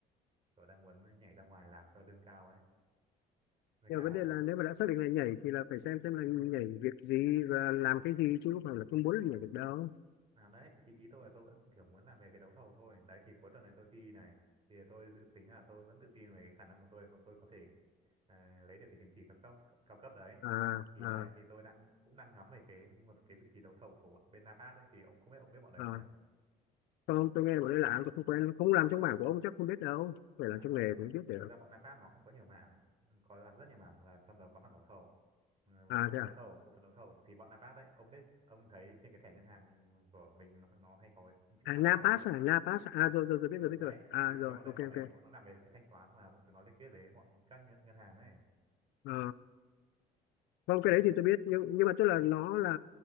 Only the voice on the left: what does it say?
nhưng
mà vấn đề là nếu mà đã xác định là nhảy thì là phải xem xem là nhảy việc gì và làm cái gì chứ không phải là không muốn là nhảy được đâu
à
à
à
không tôi nghe bọn đây làm tôi không quen không làm trong mảng của ông chắc không biết đâu phải làm
trong
nghề thì mới biết được
à
thế à
à napas
à napas à rồi rồi rồi biết
rồi biết
rồi à
rồi
ok
ok
Ờ, không
cái
đấy thì tôi biết nhưng nhưng mà tức là nó là,